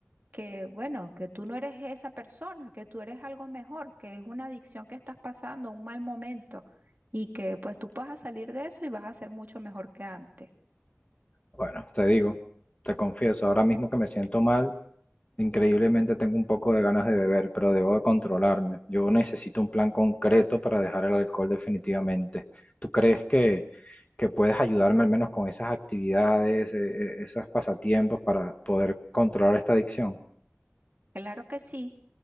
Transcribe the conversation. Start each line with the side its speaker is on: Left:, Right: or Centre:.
Right: que, bueno, que tú no eres esa persona, que tú eres algo mejor, que es una adicción que estás pasando, un mal momento, y que pues tú vas a salir de eso y vas a ser mucho mejor que antes.
Left: Bueno, te digo, te confieso, ahora mismo que me siento mal. Increíblemente tengo un poco de ganas de beber, pero debo de controlarme. Yo necesito un plan concreto para dejar el alcohol definitivamente. ¿Tú crees que, que puedes ayudarme al menos con esas actividades, eh, eh, esos pasatiempos para poder controlar esta adicción?
Right: Claro que sí.